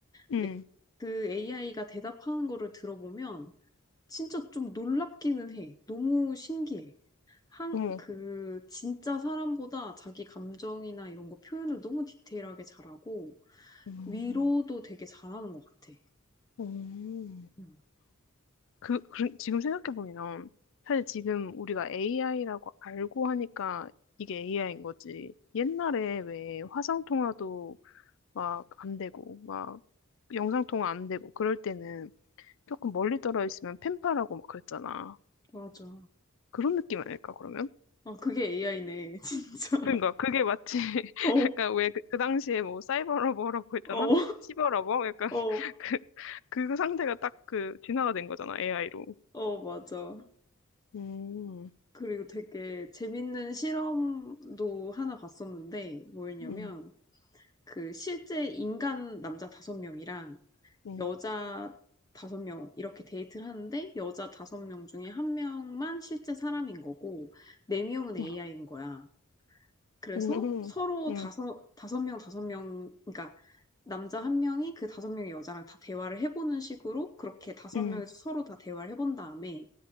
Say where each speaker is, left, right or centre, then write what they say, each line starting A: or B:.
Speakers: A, on the left; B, on the left.
A: 응,
B: 근데 그 AI가 대답하는 거를 들어보면 진짜 좀 놀랍기는 해. 너무 신기해. 한,
A: 어머,
B: 그, 진짜 사람보다 자기 감정이나 이런 거 표현을 너무 디테일하게 잘하고
A: 음,
B: 위로도 되게 잘하는 것 같아.
A: 음.
B: 음,
A: 그, 그 지금 생각해 보면 사실 지금 우리가 AI라고 알고 하니까 이게 AI인 거지. 옛날에 왜 화상 통화도 막 안 되고 막 영상통화 안 되고 그럴 때는 조금 멀리 떨어 있으면 팬파라고 막 그랬잖아.
B: 맞아.
A: 그런 느낌 아닐까 그러면?
B: 아, 그게 AI네, <laughs> 진짜.
A: 그러니까 그게 마치 <laughs>
B: 어,
A: 약간 왜그 그 당시에 뭐 사이버러버라고 했잖아?
B: 어,
A: 시버러버? 약간
B: 어,
A: <laughs> 그, 그 상태가 딱 그 진화가 된 거잖아 AI로.
B: 어, 맞아.
A: 음,
B: 그리고 되게 재밌는 실험도 하나 봤었는데, 뭐였냐면,
A: 음,
B: 그 실제 인간 남자 다섯 명이랑
A: 음,
B: 여자 다섯 명 이렇게 데이트를 하는데, 여자 다섯 명 중에 한 명만 실제 사람인 거고, 네 명은 AI인
A: 음,
B: 거야. 그래서
A: 음,
B: 서로
A: 음,
B: 다섯, 다섯 명, 다섯 명, 그러니까 남자 한 명이 그 다섯 명의 여자랑 다 대화를 해보는 식으로 그렇게 다섯
A: 음,
B: 명에서 서로 다 대화를 해본 다음에